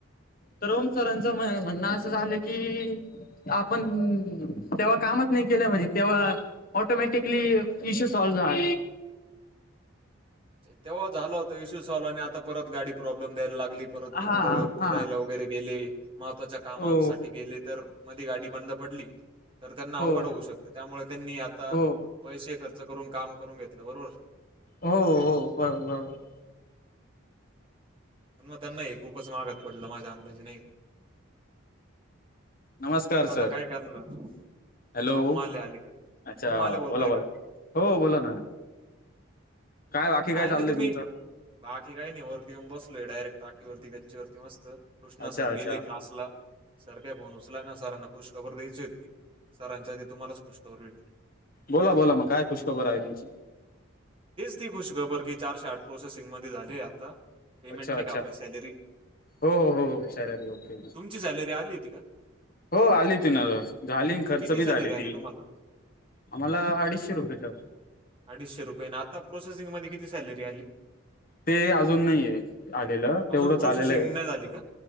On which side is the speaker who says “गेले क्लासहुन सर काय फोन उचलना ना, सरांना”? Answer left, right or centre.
Right